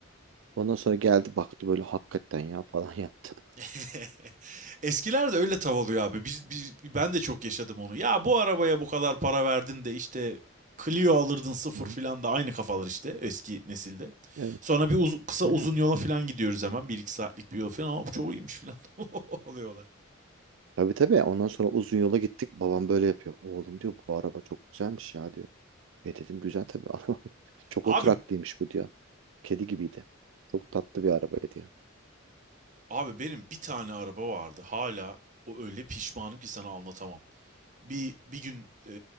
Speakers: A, on the right; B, on the right.
A: Ondan sonra geldi baktı böyle hakikaten ya falan <laughs> yaptı.
B: <laughs> Eskiler de öyle tav oluyor abi. Biz, biz, ben de çok yaşadım onu. Ya bu arabaya bu kadar para verdin de işte Clio alırdın sıfır
A: Hı.
B: filan da aynı kafalar işte eski nesilde.
A: Evet.
B: Sonra bir uz- kısa
A: Yani.
B: uzun yola filan gidiyoruz hemen. Bir iki saatlik bir yol filan. Ama çok iyiymiş filan <laughs> oluyorlar.
A: Tabii tabii. Ondan sonra uzun yola gittik. Babam böyle yapıyor. Oğlum diyor bu araba çok güzelmiş ya diyor. E dedim güzel tabii <laughs> ama çok
B: Abi
A: oturaklıymış bu diyor. Kedi gibiydi. Çok tatlı bir araba diyor.
B: abi benim bir tane araba vardı. Hala o öyle pişmanım ki sana anlatamam. Bir bir gün e,